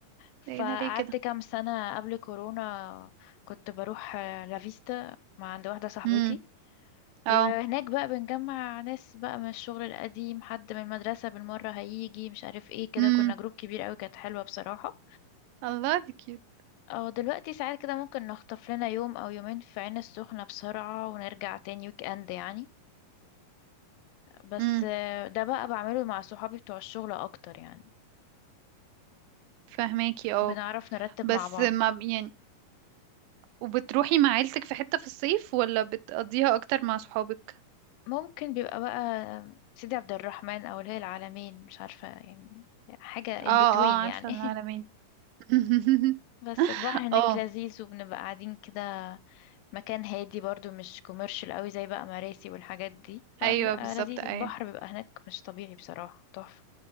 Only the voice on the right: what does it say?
ايه ده ليه كده
امم اه
امم
الله دي كيوت
امم
فهماكي اه
بس
ما يعني وبتروحي مع عيلتك في حتة في الصيف ولا بتقضيها اكتر مع صحابك
اه اه
عارفة
العلمين
<laughs>
اه
ايوه بالظبط
ايوه